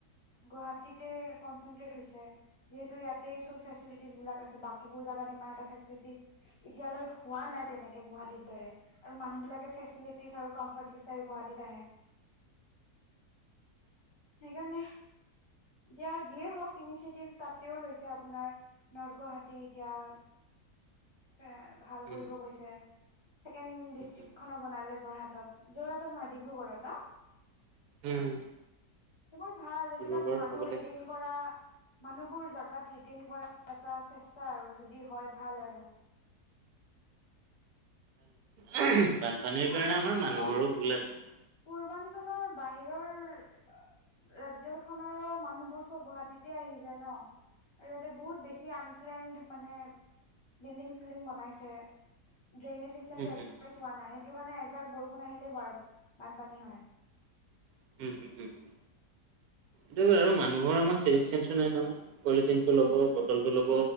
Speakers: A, on the left (about 20°); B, on the right (about 70°).
A: গুৱাহাটীতে কনচেনট্ৰেট হৈছে। যিহেতু ইয়াতেই চব ফেচিলিটিজ বিলাক আছে বাকিবোৰ জাগাত ইমান এটা ফেচিলিটিজ ইতিয়ালৈ হোৱা নাই তেনেকে গুৱাহাটীৰ দৰে। আৰু মানুহ বিলাকে ফেচিলিটিজ আৰু কমফৰ্ট বিচাৰি গুৱাহাটীত আহে। সেইকাৰণে দিয়া যিয়ে হওক ইনিচিয়েটিভ তাতেও লৈছে আপোনাৰ নৰ্থ গুৱাহাটী এতিয়া সে ভাল কৰিব
B: উম
A: গৈছে। ছেকেণ্ড ডিষ্ট্ৰিক
B: উম
A: খন বনালে যোৰহাটত- যোৰহাটত নহয় ডিব্ৰুগড়ত ন?
B: উম,
A: এইবোৰ ভাল
B: সেইবোৰ
A: এইবিলাক
B: বাৰু
A: মানুহ
B: থবলৈ
A: ৰিটেইন
B: গৈ আছে
A: কৰা মানুহবোৰ জাগাত ৰিটেইন কৰা এটা চেষ্টা আৰু যদি হয় ভাল আৰু।
B: <unintelligible> বানপানীৰ
A: পূৰ্বাঞ্চলৰ
B: কাৰণে আমাৰ মানুহৰো ভুল আছে।
A: পূৰ্বাঞ্চলৰ বাহিৰৰ ৰাজ্য কেইখনৰ মানুহবোৰ চব গুৱাহাটীতে আহি যায় ন? আৰু ইয়াতে বহুত বেছি আনপ্লেনড মানে বিল্ডিং- চিল্ডিং বনাইছে। ড্ৰেইনে চিষ্টেমটো
B: উম
A: একদমে
B: হম হম
A: চোৱা নাই সেইটো কাৰণে এজাক বৰষুণ আহিলেই বা বানপানী হয়।
B: <unintelligible> এইটোৱে আৰু মানুহৰ আমাৰ চিভিক চেঞ্চো নাই নহয় পলিথিনটো ল'ব বটলটো ল'ব